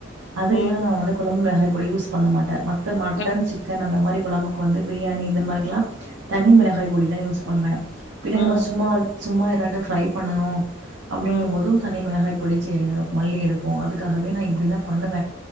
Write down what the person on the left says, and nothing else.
ம்
ம்
ம்
ம்